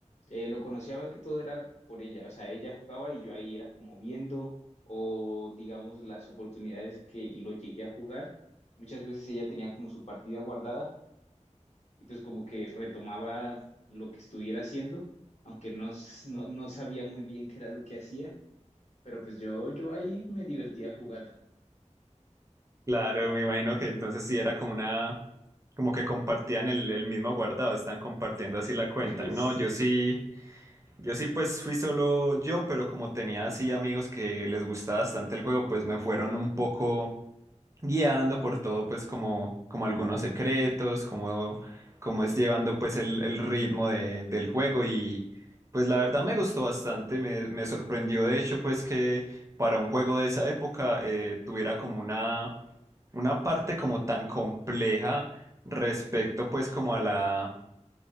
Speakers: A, on the left; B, on the right.
A: Eh, lo conocía más que todo era por ella, o sea, ella jugaba y yo ahí era como viendo o digamos las oportunidades que lo llegué a jugar. Muchas veces ella tenía como su partida guardada y pues como que retomaba lo que estuviera haciendo, aunque no, s- no, no sabía muy bien qué era lo que hacía, pero pues yo, yo ahí me divertía jugando.
B: claro, me imagino que entonces sí era como una, como que compartían el, el mismo guardado, están compartiendo así la cuenta.
A: <laughs>
B: No,
A: Sí,
B: yo sí, yo sí pues fui solo yo, pero como tenía así amigos que les gustaba bastante el juego, pues me fueron un poco guiando por todo, pues como, como algunos secretos, como, como es llevando pues el, el ritmo de- del juego y pues la verdad me gustó bastante, me, me sorprendió de hecho pues que para un juego de esa época eh, tuviera como una, una parte como tan compleja respecto pues como a la